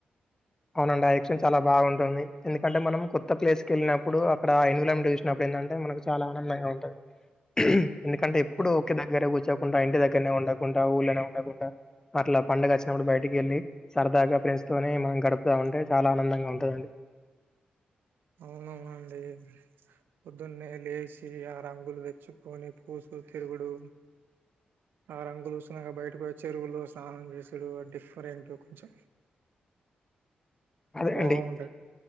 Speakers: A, on the left (about 20°); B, on the right (about 80°).
A: అవునండి ఆయాక్షన్ చాలా బాగుంటుంది ఎందుకంటే మనం కొత్త ప్లేస్ కెళ్ళినప్పుడు అక్కడ ఐన చూసినప్పుడు ఏంటంటే మనకు చాలా ఆనందంగా ఉంటది ఎందుకంటే
B: అవును
A: ఎప్పుడూ ఒకే దగ్గర కూర్చో ఉంటా ఇంటి దగ్గనే ఉండకుంటా ఊళ్ళనే ఉండకుంటా అట్లా పండుగ వచ్చినప్పుడు బయటికి వెళ్ళి సరదాగా ఫ్రెండ్స్ తోనే మనం గడ ఉంటే చాలా ఆనందంగా ఉంటదండి
B: అవునవునండి పొద్దున్నే లేచి ఆ రంగులు తెచ్చుకొని పూసుకూ తిరుగుడు ఆ రంగులు పూసిన బయటకొచ్చి చెరువులు స్నానం చేసుడు డిఫరెంట్ కొంచెం
A: అదే
B: బాగుంటది
A: అండి